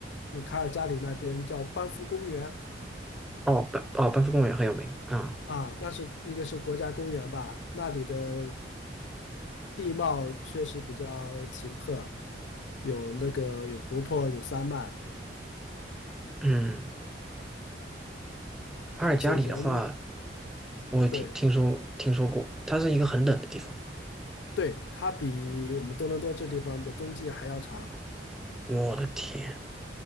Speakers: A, on the left (about 80°); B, in the centre.
A: 嗯卡尔加里那边叫班夫公园
B: 哦，班哦班夫公园很有名啊。
A: 啊，那是那个是国家公园吧，那里的地貌确实比较奇特，有那个有湖泊，有山脉。
B: 嗯，阿尔加里的话，
A: 而且人
B: 我听听说听说过，
A: 对
B: 它是一个很冷的地方。
A: 对，它比我们多伦多这地方的冬季还要长。
B: 我的天